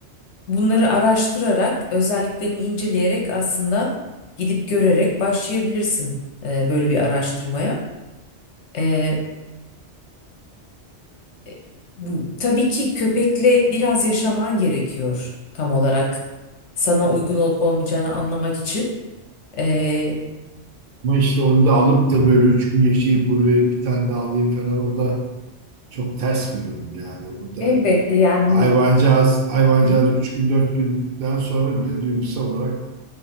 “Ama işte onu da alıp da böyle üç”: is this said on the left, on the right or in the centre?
Right